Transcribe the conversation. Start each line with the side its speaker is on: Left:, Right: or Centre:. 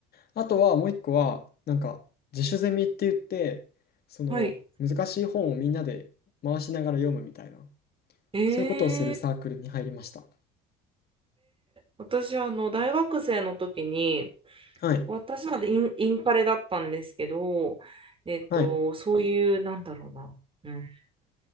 Left: あとは、もう一個は、なんか、自主ゼミって言って、その、
Right: はい。
Left: 難しい本をみんなで回しながら読むみたいな、
Right: えー、
Left: そういうことをするサークルに入りました。
Right: 私、あの、大学生の時に、
Left: はい。
Right: 私なんてイン、インカレだったんですけど、えっと、
Left: はい。
Right: そういう、なんだろうな、うん、